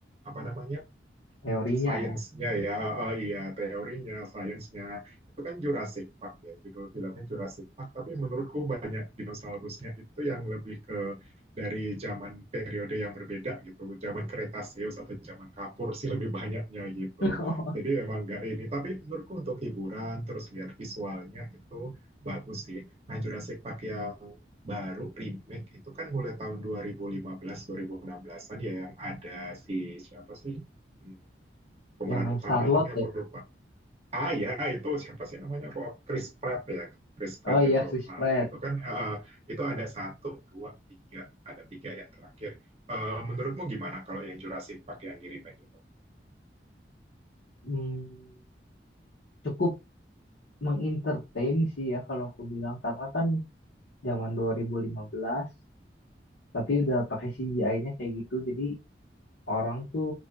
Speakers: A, on the right (about 35°); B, on the left (about 85°).
A: apa namanya Hmm,
B: Teorinya
A: sainsnya
B: ya,
A: ya, oh iya teorinya, sainsnya itu kan Jurassic Park ya judul filmnya Jurassic Park. Tapi menurutku banyak dinosaurusnya itu yang lebih ke dari zaman periode yang berbeda gitu, zaman Kretaseus atau zaman Kapur sih lebih banyaknya gitu.
B: <laughs>
A: Jadi emang nggak ini, tapi menurutku untuk hiburan terus lihat visualnya itu bagus sih. Nah Jurassic Park yang baru remake itu kan mulai tahun 2015 2016-an ya yang ada si siapa sih? Hmm, pemeran
B: yang main
A: utamanya
B: Starlord
A: ini
B: ya.
A: aku lupa. Ah ya itu siapa sih namanya kok Chris Pratt ya Chris Pratt
B: Oh iya
A: itu.
B: Chris
A: Nah,
B: Pratt.
A: itu kan eh, itu ada satu, dua, tiga, ada tiga yang terakhir. Eh, menurutmu gimana kalau yang Jurassic Park yang di remake itu?
B: Hmm, cukup mengentertain sih ya kalau aku bilang karena kan zaman 2015 tapi udah pakai CGI-nya kayak gitu jadi orang tuh